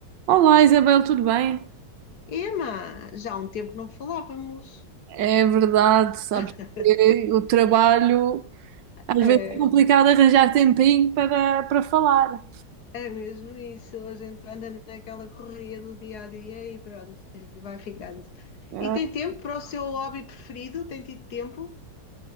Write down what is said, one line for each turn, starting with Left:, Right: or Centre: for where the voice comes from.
Right: Olá Isabel, tudo bem?
Left: Ema, já há um tempo que não falávamos.
Right: É verdade, sabes
Left: <laughs>
Right: que o trabalho às
Left: É,
Right: vezes é complicado arranjar tempinho para, para falar.
Left: é mesmo isso, a gente anda naquela correria do dia a dia e pronto, e vai ficando.
Right: É.
Left: E tem tempo para o seu hobby preferido? Tem tido tempo?